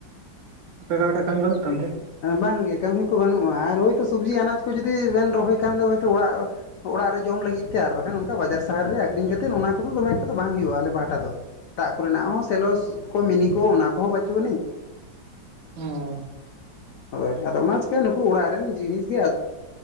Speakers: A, on the right; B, on the left.
A: ᱟᱯᱮᱜᱟᱨᱴᱟ ᱠᱟᱹᱢᱤ ᱜᱟᱹᱱᱚᱜ ᱠᱟᱱᱛᱮ?
B: ᱵᱟᱝᱜᱮ ᱠᱟᱹᱢᱤ ᱠᱚ ᱵᱟᱹᱱᱩᱜᱼᱟ ᱟᱨ ᱦᱳᱭᱛᱳ ᱥᱚᱵᱽᱡᱤ ᱟᱱᱟᱡᱽ ᱠᱚ ᱡᱩᱫᱤ ᱵᱮᱱ ᱨᱚᱦᱚᱭ ᱠᱷᱟᱱ ᱫᱚ ᱦᱳᱭᱛᱳ ᱚᱲᱟᱜᱼᱼ ᱚᱲᱟᱜ ᱨᱮ ᱡᱚᱢ ᱞᱟᱹᱜᱤᱫ ᱛᱮ ᱟᱨ ᱵᱟᱠᱷᱟᱱ ᱚᱱᱠᱟ ᱵᱟᱡᱟᱨ ᱥᱟᱦᱟᱨ ᱨᱮ ᱟᱠᱷᱨᱤᱧ ᱠᱟᱛᱮᱫ ᱚᱱᱟ ᱠᱚᱫᱚ ᱫᱚᱢᱮᱼᱼ ᱵᱟᱝ ᱦᱩᱭᱩᱜᱼᱟ ᱟᱞᱮ ᱯᱟᱦᱴᱟ ᱫᱚ ᱫᱟᱜ ᱠᱚᱨᱮᱱᱟᱜ ᱦᱚᱸ ᱥᱮᱞᱚᱥ ᱠᱚ ᱢᱤᱱᱤ ᱠᱚ ᱚᱱᱟ ᱠᱚᱦᱚᱸ ᱵᱟᱹᱪᱩᱜ ᱟᱹᱱᱤᱡ।
A: ᱚ। <inaudible>
B: ᱦᱳᱭ ᱟᱫᱚ ᱚᱱᱟ ᱪᱤᱠᱟᱹ ᱱᱩᱠᱩ ᱚᱲᱟᱜ ᱨᱮᱱ ᱡᱤᱱᱤᱥ ᱜᱮᱼᱼ